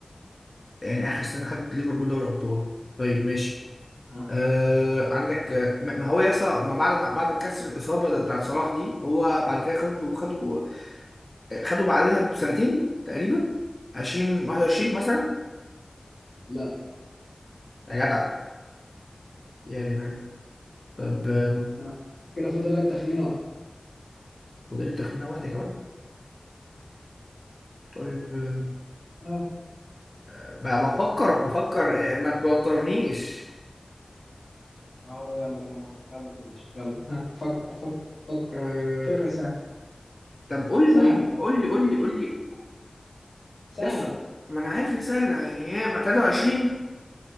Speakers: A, on the left; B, on the left.
A: يعني اخر سنه خدت ليفربول دوري ابطال طيب ماشي
B: آه.
A: آه عندك آه، ما ما هو يسا ما بعد ما بعد كسر الاصابه ده بتاعت صلاح دي هو بعد كده خدوا خدوا آه، خدوا بعدها بسنتين تقريبا 20 21 مثلا
B: لا
A: يا جدع يعني ما- طيب آه،
B: آه. كده فاضل لك تخمينه واحد
A: فاضل لي تخمينه واحده كمان طيب آه،
B: آه.
A: ب- بفكر بفكر آه، ما توترنيش
B: اهو يلا يا مو. يلا يا باشا يلا آه. فكر فكر فكر
A: آه،
B: فكره سهله
A: طب قول
B: سهله
A: لي طيب
B: صح؟
A: قول لي قول لي قول لي
B: سهله
A: يس ما انا عارف ان سهله يعني ايه ما 23